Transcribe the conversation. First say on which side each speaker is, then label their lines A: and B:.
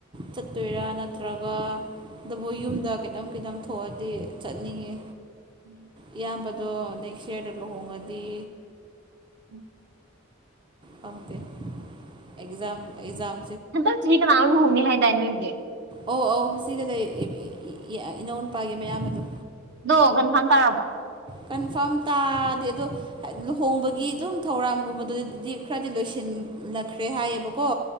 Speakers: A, on the right (about 25°); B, on the right (about 55°).
A: ꯆꯠꯇꯣꯏꯔꯥ ꯅꯠꯇ꯭ꯔꯒ ꯑꯗꯨꯕꯨ ꯌꯨꯝꯗ ꯀꯤꯇꯝ ꯈꯤꯇꯝ ꯊꯣꯛꯑꯗꯤ ꯆꯠꯅꯤꯡꯉꯦ
B: <inaudible>
A: ꯏꯌꯥꯝꯕꯗꯣ ꯅꯦꯛꯁ ꯌꯥꯔꯗ ꯂꯨꯍꯣꯡꯉꯗꯤ
B: <inaudible>
A: ꯄꯝꯗ ꯑꯦꯛꯖꯝ ꯑꯦꯛꯖꯝ
B: ꯍꯟꯗꯛ ꯆꯍꯤ ꯀꯅꯥ ꯑꯃꯝ ꯂꯨꯍꯣꯡꯅꯤ ꯍꯥꯏꯗꯥꯏ ꯅꯣꯏꯒꯤ
A: ꯑꯣ ꯑꯧ ꯁꯤꯗ ꯂꯩ <unintelligible> ꯏꯅꯧ ꯅꯨꯨꯄꯥꯒꯤ ꯃꯌꯥꯝ ꯕꯗꯣ
B: ꯑꯗꯣ ꯀꯟꯐꯥꯝ ꯇꯥꯔꯕꯣ
A: ꯀꯟꯐꯥꯔꯝ ꯇꯥꯗꯦ ꯑꯗꯣ ꯍꯦꯛ ꯂꯨꯍꯣꯡꯕꯒꯤ ꯑꯗꯨꯝ ꯊꯧꯔꯥꯡꯝꯒꯨꯝꯕꯗꯨꯗꯤꯗꯤ ꯈꯔꯗꯤ ꯂꯣꯏꯁꯤꯟ ꯂꯥꯛꯈ꯭ꯔꯦ ꯍꯥꯏꯌꯦꯕꯀꯣ